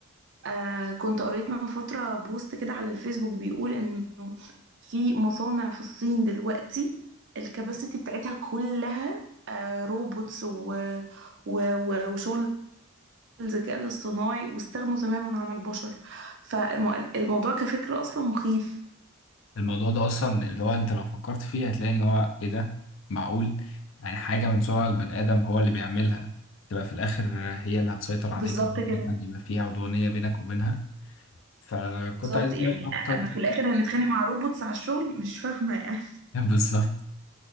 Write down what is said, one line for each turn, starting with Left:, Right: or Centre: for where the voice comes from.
Right: أه كنت قريت من فتره بوست كده على الفيسبوك بيقول انه في مصانع في الصين دلوقتي الكباسيتي بتاعتها كلها أه روبوتس و... و... و... وشغل الذكاء الاصطناعي واستغنوا تماما عن البشر فالموضوع كفكرة أصلا مخيف
Left: الموضوع ده اصلا اللي هو انت لو فكرت فيه هتلاقي ان هو ايه ده معقول يعني حاجة من صنع البني ادم هو اللي بيعملها تبقى في الاخر هي اللي هتسيطر عليك
Right: بالظبط
Left: او
Right: كده
Left: مثلا يبقى فيها عدوانية بينك وبينها فكنت
Right: بالظبط
Left: عايز اتناقش
Right: يعني
Left: اكتر
Right: أما في الآخر هنتخانق مع روبوتس على الشغل مش فاهمة يعني
Left: <laughs> بالظبط